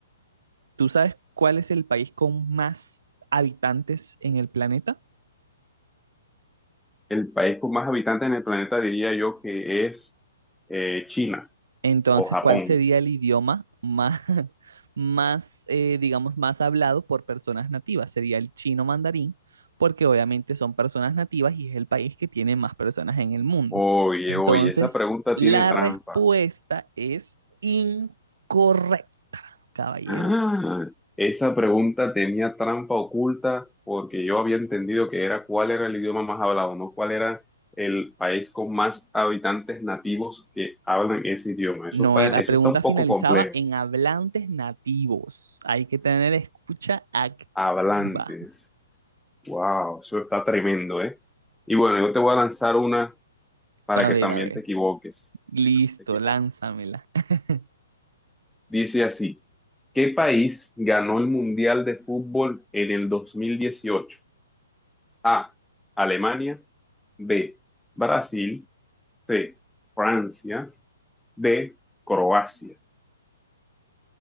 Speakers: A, on the right; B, in the centre.
A: ¿Tú sabes cuál es el país con más habitantes en el planeta?
B: El país con más habitantes en el planeta diría yo que es eh, China
A: Entonces,
B: o Japón.
A: ¿cuál sería el idioma más, <laughs> más eh, digamos, más hablado por personas nativas? Sería el chino mandarín, porque obviamente son personas nativas y es el país que tiene más personas en el mundo.
B: Oye,
A: Entonces,
B: oye, esa pregunta
A: la
B: tiene trampa.
A: respuesta es incorrecta, caballero.
B: Ah, esa pregunta tenía trampa oculta porque yo había entendido que era cuál era el idioma más hablado, no cuál era el país con más habitantes nativos que hablan ese idioma. Eso
A: No,
B: está,
A: eh, la
B: eso
A: pregunta
B: está un poco
A: finalizaba
B: complejo.
A: en hablantes nativos. Hay que tener escucha activa.
B: Ah, Hablantes. Wow, eso está tremendo, ¿eh? Y bueno, yo te voy a lanzar una para
A: A
B: que
A: ver,
B: también
A: a ver.
B: te equivoques.
A: Listo,
B: Para que también te equivoques.
A: lánzamela. <laughs>
B: Dice así, ¿qué país ganó el Mundial de Fútbol en el 2018? A, Alemania, B, Brasil, C, Francia, D, Croacia.